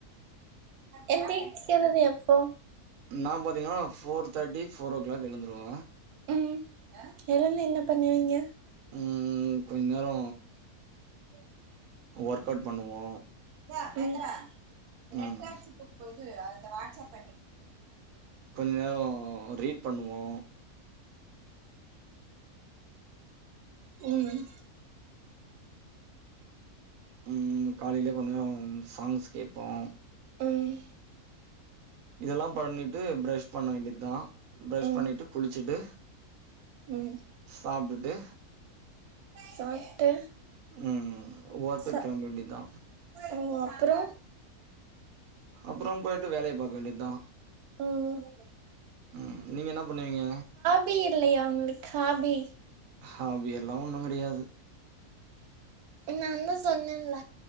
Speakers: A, on the right (about 85°); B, on the right (about 65°).
A: எந்திக்கிறது எப்போ
B: நா பாத்திங்கனா ஃபோர் தேட்டி ஃபோர் ஓ கிளாக் எழுந்துடுவ
A: ம் எழுந்து என்ன பண்ணுவீங்க
B: ம் கொஞ்ச நேரோ
A: <unintelligible>
B: ஒர்க் அவுட் பண்ணுவோ
A: ம்
B: ம் கொஞ்ச நேரோ ரீட் பண்ணுவோ
A: ம்
B: ம் காலையில் கொஞ்ச சாங்ஸ் கேப்போ
A: ம்
B: இதெல்லா பண்ணிட்டு ப்ரஷ் பண்ண வேண்டிதா பிரஷ்
A: ம்
B: பண்ணிட்டு குளிச்சுட்டு
A: ம்
B: சாப்ட்டுட்டு
A: சாப்ட்டு
B: ம் ஒர்க்குக்
A: ச
B: கெளம்ப வேண்டிதா
A: ம் அப்றோ
B: அப்புறோ போயிட்டு வேலைய பாக்க வேண்டியதுதா
A: ம்
B: ம் நீங்க என்ன பண்ணுவீங்க
A: பி இல்லையா உங்களுக்கு ஹாஃபி
B: ஹாஃபி எல்லா ஒன்னு கெடையாது
A: நாந்தா சொன்னேன்ல